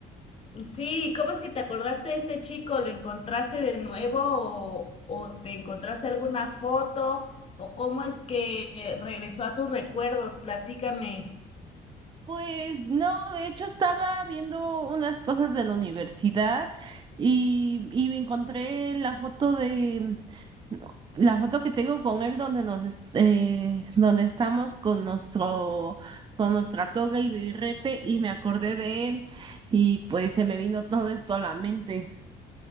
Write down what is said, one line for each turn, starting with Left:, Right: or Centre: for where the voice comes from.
Left: Sí, ¿cómo es que te acordaste de este chico? ¿Lo encontraste de nuevo o, o te encontraste alguna foto? ¿O cómo es que eh, regresó a tus recuerdos? Platícame.
Right: Pues no, de hecho estaba viendo unas cosas de la universidad y, y me encontré la foto de no, la foto que tengo con él donde nos es- eh, donde estamos con nuestro con nuestra toga y birrete y me acordé de él y pues se me vino todo esto a la mente.